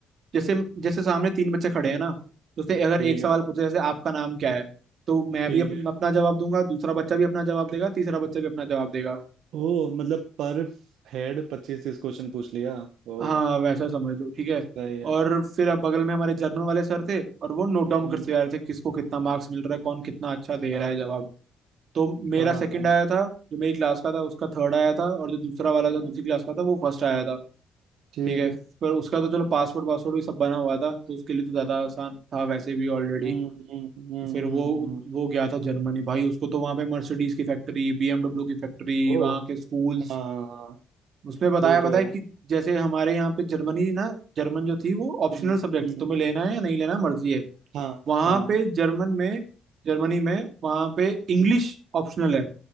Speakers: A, on the right; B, on the right.
A: जैसे जैसे सामने तीन बच्चे खड़े हैं ना तो उसने अगर
B: ठीक
A: एक सवाल
B: है
A: पूछे जैसे आपका नाम क्या है तो मैं
B: ठीक
A: भी अप-
B: है
A: अपना जवाब दूंगा दूसरा बच्चा भी अपना जवाब
B: ठीक
A: देगा तीसरा बच्चा भी अपना जवाब देगा
B: ओ मतलब पर हेड पच्चीस तीस क्वेश्चन पूछ लिया ओ
A: हाँ वैसा समझ लो ठीक है
B: सही है
A: और फिर अब बगल में हमारे जर्नल वाले सर थे और वो नोट डाउन
B: हम्म
A: करते जा रहे थे किसको कितना मार्क्स मिल रहा है कौन कितना अच्छा दे
B: हाँ
A: रहा है जवाब
B: हाँ
A: तो मेरा
B: हाँ
A: सेकंड
B: हाँ,
A: आया था जो मेरी क्लास का था उसका थर्ड आया था और जो दूसरा वाला था
B: हम्म
A: दूसरी क्लास का था वो फर्स्ट आया था
B: ठीक
A: ठीक है
B: है
A: पर उसका तो चलो पासवर्ड वासवर्ड भी सब बना हुआ था तो उसके लिए तो ज़्यादा आसान था वैसे भी ऑलरेडी
B: हम्म हम्म हम्म
A: तो फिर वो
B: हम्म हम्म,
A: वो गया था जर्मनी भाई उसको तो वहाँ पे मर्सिडीज की फैक्ट्री बीएमडब्ल्यू की फैक्ट्री
B: ओ
A: वहाँ के स्कूल्स
B: हाँ
A: उसमें बताया
B: वो तो
A: बताया
B: है
A: कि जैसे हमारे यहाँ पे जर्मनी ना जर्मन जो थी वो ऑप्शनल
B: हम्म
A: सब्जेक्ट
B: हम्म
A: तुम्हें लेना है या नहीं लेना मर्जी है
B: हाँ
A: वहां
B: हाँ
A: पे जर्मन में जर्मनी में वहां पे इंग्लिश
B: हम्म,
A: ऑप्शनल है